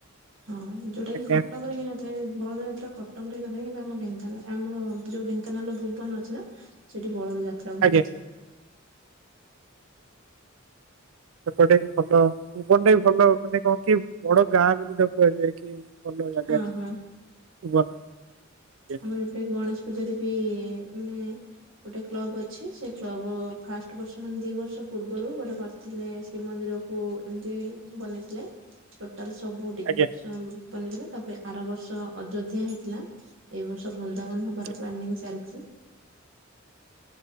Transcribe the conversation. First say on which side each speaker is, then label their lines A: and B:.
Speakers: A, on the right; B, on the right.
A: ହଁ ଯୋଉଟା କିି
B: ଆଜ୍ଞା
A: କଟକରେ ହେଇନ ଥାଏ ବଳଦ ଯାତ୍ରା କଟକର ହେଇ ନଥାଏ, କିନ୍ତୁ ଆମ ଢେଙ୍କାନାଳ ଆମର ଯୋଉ ଢେଙ୍କାନାଳ ଭୁବନ ଅଛି ନା ସେଠି ବଳଦ ଯାତ୍ରା ହୁଏ।
B: ଆଜ୍ଞା ସେପଟେ ବି ଭଲ ଭୁବନ ବି ଭଲ ମାନେ କଣ କି ବଡ ଗାଁ ବୋଲି ତ କୁହାଯାଏ କି ଭଲ ଜାଗା
A: ହଁ
B: ବି
A: ହଁ।
B: ଭୁବନ। ଆଜ୍ଞା
A: ଆମର ଏବେ ଗଣେଶ ପୂଜାରେ ବି ମାନେ ଗୋଟେ କ୍ଲବ ଅଛି ସେ କ୍ଲବ ଫାଷ୍ଟ ବର୍ଷ ମାନେ ଦି ବର୍ଷ ପୂର୍ବରୁ ଗୋଟେ କ ଥିଲେ ଶ୍ରୀମନ୍ଦିର କୁ ଏମିତି ବନେଇଥିଲେ। ଟୋଟାଲ ସବୁ ଠିକ୍
B: ଆଜ୍ଞା
A: ବନେଇଥିଲେ ତାପରେ ଆର ବର୍ଷ ଅଯୋଧ୍ୟା ହେଇଥିଲା। ଏଇ ବର୍ଷ ବୃନ୍ଦାବନ ହବାର
B: ଆଜ୍ଞା।
A: ପ୍ଲାନିଂ ଚାଲିଚି।